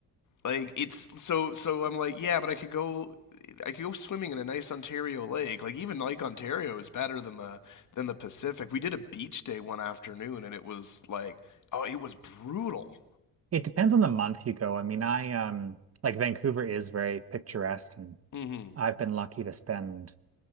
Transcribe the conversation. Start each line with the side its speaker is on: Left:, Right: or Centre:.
Left: Like it's so so I'm like yeah, but I could go. I could go swimming in a nice Ontario lake. Like even Lake Ontario is better than the than the Pacific. We did a beach day one afternoon, and it was like, oh, it was brutal.
Right: It depends on the month you go. I mean, I um like Vancouver is very picturesque and
Left: hmm
Right: I've been lucky to spend